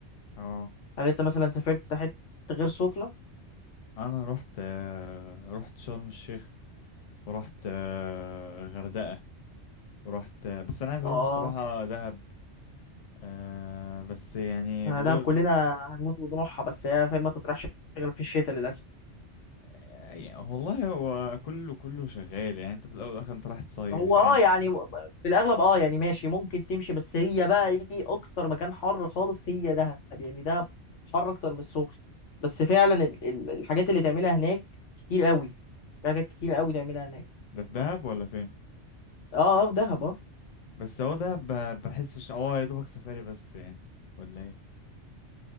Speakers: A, on the left; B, on the left.
A: اه
B: هل انت مثلا سافرت حته غير سخنه
A: انا رحت آه، رحت شرم الشيخ ورحت آه، غردقة ورحت آه، بس انا عايز
B: اه
A: اروح الصراحة دهب آه، بس يعني
B: يعني
A: بيقولوا
B: ده كلنا
A: ده
B: هنموت ونروحها بس هي فاهم ما تطرحش غير في الشتاء للاسف
A: يعني والله هو كله كله شغال يعني انت في الاول والاخر انت رايح تصيف
B: هو
A: يعني
B: اه يعني في الاغلب اه يعني ماشي ممكن تمشي بس هي بقى ايه اكتر مكان حر خالص هي دهب يعني دهب حر اكتر من السخنه بس فعلا ال- ال- الحاجات اللي تعملها هناك كتير قوي في حاجات كتير قوي تعملها هناك
A: ده في دهب ولا فين
B: اه اه في دهب اه
A: بس هو دهب ب- بحسش اه يا دوبك سفاري بس يعني ولا ايه